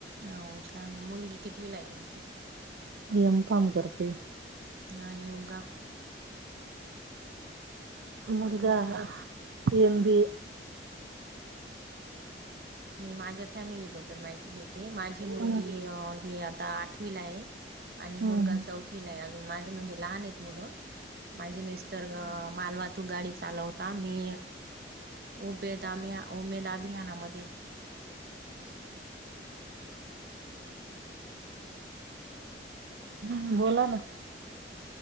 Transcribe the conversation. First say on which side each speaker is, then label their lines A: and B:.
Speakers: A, on the right; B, on the right.
A: हो छान आहे. मुलगी कितवीला आहे तुमची?
B: एम फार्म करते.
A: आणि मुलगा?
B: मुलगा आहे एम बी ए
A: मी माझ्या फॅमिलीबद्दल माहिती देते, माझी
B: हम्म
A: मुलगी ही आता आठवीला आहे. आणि
B: हम्म
A: मुलगा चौथिला. -थीला आहे अजून माझ म्हणजे लहान आहेत मुलं माझे मिस्टर अ मालवन - तू गाडी चालवता मी उमेद अभि उमेद अभियानामध्ये
B: हम्म, बोला ना...